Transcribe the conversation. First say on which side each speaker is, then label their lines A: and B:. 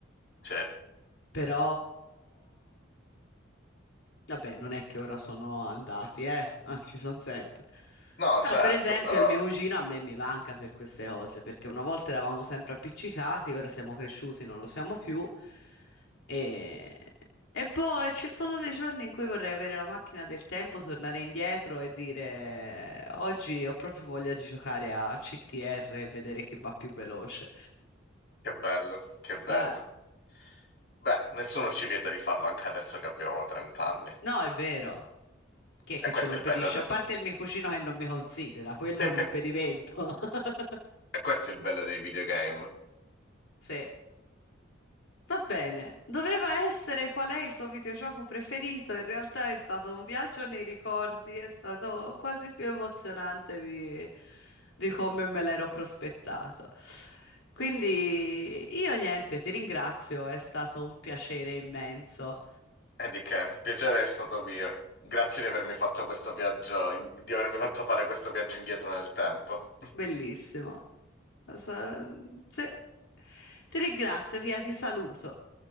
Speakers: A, on the left; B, on the left.
A: Cioè,
B: Però. Vabbè, non è che ora sono andati, eh, Ah, ci sono sempre.
A: no,
B: Però,
A: certo,
B: per esempio,
A: però
B: il mio cugino a me mi manca per queste cose, perché una volta eravamo sempre appiccicati, ora siamo cresciuti, non lo siamo più. E, e boh, e ci sono dei giorni in cui vorrei avere la macchina del tempo, tornare indietro e dire oggi ho proprio voglia di giocare a CTR e vedere chi va più veloce.
A: che bello, che bello.
B: Eh,
A: Beh, nessuno ci vieta di farlo anche adesso che abbiamo 30 anni.
B: no, è vero. Chi è che
A: E questo
B: ce lo impedisce?
A: è il bello de-
B: A parte il mio cugino che non mi considera,
A: <laughs>
B: quello è un impedimento. <laughs>
A: E questo è il bello dei videogame.
B: Sì. Va bene. Doveva essere qual è il tuo videogioco preferito? In realtà è stato un viaggio nei ricordi, è stato quasi più emozionante di, di come me l'ero prospettato. Quindi io niente, ti ringrazio, è stato un piacere immenso.
A: E di che, il piacere è stato mio. Grazie di avermi fatto questo viaggio, in- di avermi fatto fare questo viaggio indietro nel tempo.
B: Bellissimo. Sa- Sì. Ti ringrazio, via, ti saluto.